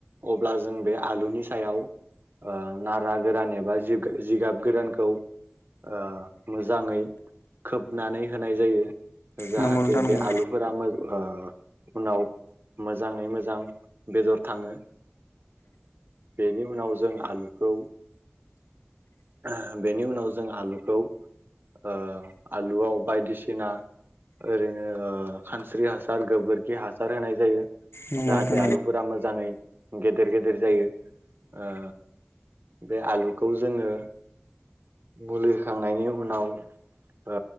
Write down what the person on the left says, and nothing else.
नंगौ नोंथां नंगौ
नंगौ
नोंथां